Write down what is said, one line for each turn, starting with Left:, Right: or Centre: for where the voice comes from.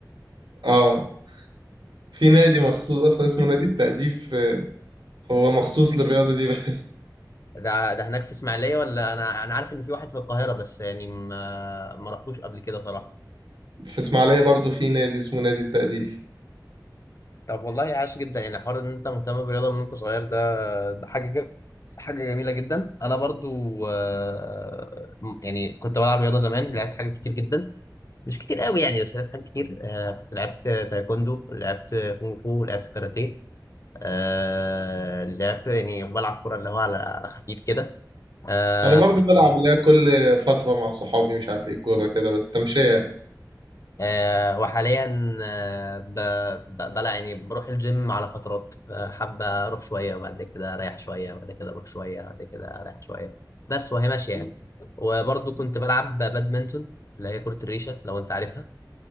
Right: اه في نادي مخصوص أصلا اسمه نادي التأديب في- هو مخصوص للرياضة دي بس
Left: ده ده هناك في اسماعيليه ولا انا انا عارف ان في واحد في القاهره بس يعني ما ما رحتوش قبل كده صراحه
Right: في اسماعيليه برضو في نادي اسمه نادي التقدير
Left: طب والله عاش جدا يعني حوار ان انت مهتم بالرياضه من وانت صغير ده ده حاجه جد. حاجة جميلة جدا أنا برضو آه، م- يعني كنت بلعب رياضة زمان لعبت حاجات كتير جدا مش كتير قوي يعني بس لعبت حاجات كتير آه، كنت لعبت تايكوندو لعبت كونغ فو لعبت كاراتيه آه، لعبت يعني بلعب كرة اللي هو على على خفيف كده آه،
Right: انا برضو بلعب اللي هي كل فتره مع صحابي مش عارف ايه كوره كده بس تمشيه
Left: آه، وحاليا آه، ب... ب... بلا يعني بروح الجيم على فترات آه، حابة أروح شوية وبعد كده أريح شوية وبعد كده أروح شوية وبعد كده أريح شوية بس وهي ماشية يعني وبرضه كنت بلعب بادمنتون اللي هي كرة الريشة لو أنت عارفها